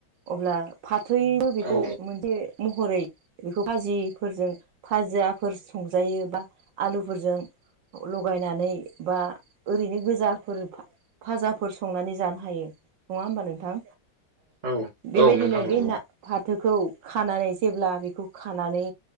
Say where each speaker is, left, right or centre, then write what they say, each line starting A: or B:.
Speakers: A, on the right; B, on the right.
A: अब्ला फाथोबो बेखौ
B: औ
A: मोनसे महरै बेखौ भाजिफोरजों भाजियाफोर संजायो बा आलुफोरजों लगायनानै बा ओरैनो गोजाफोर फाजाफोर संनानै जानो हायो नङा होमबा नोंथां
B: औ
A: बेबायदिनो
B: औ नोंथां औ
A: बे ना फाथोखौ खानानै जेब्ला बेखौ खानानै